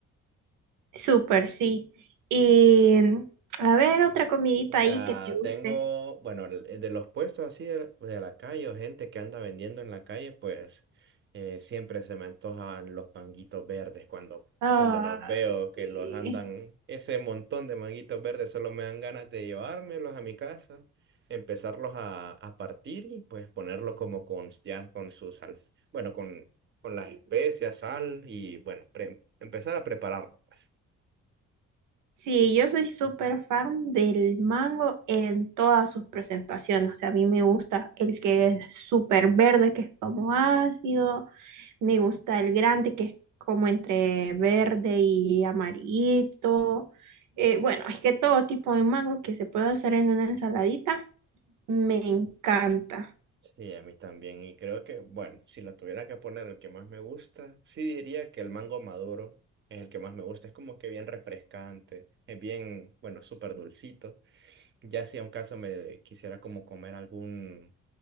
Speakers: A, on the right (about 80°); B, on the right (about 40°).
A: Súper, sí. Y mm, a ver, otra comidita
B: Mira,
A: ahí que te guste.
B: tengo, bueno, el- eh, de los puestos así de, de la calle o gente que anda vendiendo en la calle, pues eh, siempre se me antojan los manguitos verdes cuando,
A: Ay,
B: cuando los veo que
A: sí.
B: los andan, ese montón de manguitos verdes solo me dan ganas de llevármelos a mi casa, empezarlos a, a partir y pues ponerlos como con, ya con su sal, bueno, con, con las especias, sal y bueno, pre- empezar a prepararlo. pues.
A: Sí, yo soy súper fan del mango en todas sus presentaciones. O sea, a mí me gusta el que es súper verde, que es como ácido. Me gusta el grande, que es como entre verde y amarillito. Eh, bueno, es que todo tipo de mango que se puede hacer en una ensaladita me encanta.
B: Sí, a mí también. Y creo que, bueno, si lo tuviera que poner el que más me gusta, sí diría que el mango maduro es el que más me gusta. Es como que bien refrescante, es bien, bueno, súper dulcito. Ya si a un caso me quisiera como comer algún,